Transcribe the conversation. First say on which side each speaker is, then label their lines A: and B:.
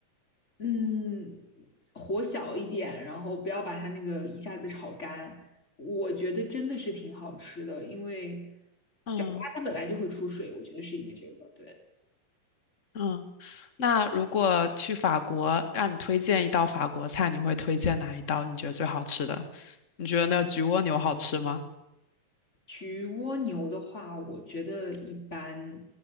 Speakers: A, on the left; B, on the left.
A: 嗯，火小一点，然后不要把它那个一下子炒干，我觉得真的是挺好吃的，因为
B: 嗯
A: 角瓜它本来就会出水，我觉得是因为这个，对。
B: 嗯，那如果去法国，让你推荐一道法国菜，你会推荐哪一道？你觉得最好吃的？你觉得那个焗蜗牛好吃吗？
A: 焗蜗牛的话，我觉得一般，